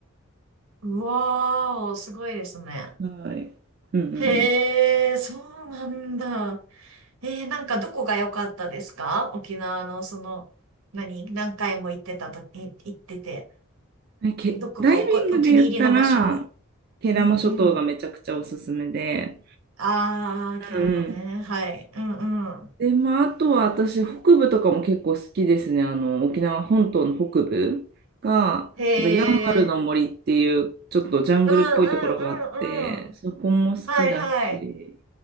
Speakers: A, on the right; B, on the right.
A: うわーお、すごいですね。
B: はい。うんうん
A: へえ、そうなんだ。えー、なんかどこが良かったですか沖縄のその、何、何回も行ってたと、い行ってて、
B: うん。け、
A: どこかおこ、
B: ダイビングで言ったら、
A: お気に入りの場所。
B: 慶良間諸島がめちゃくちゃおすすめで、
A: うんうん。あー、キャラもね。
B: うんうん
A: はい。うんうん。
B: で、まあ、あとは私、北部とかも結構好きですね。あの、沖縄本島の北部が、
A: へ
B: なんかヤンバルの森っていう、
A: え。
B: ちょっとジャングルっぽいところがあって、
A: うんうんうんうん。
B: そこも好きだし、
A: はいはい。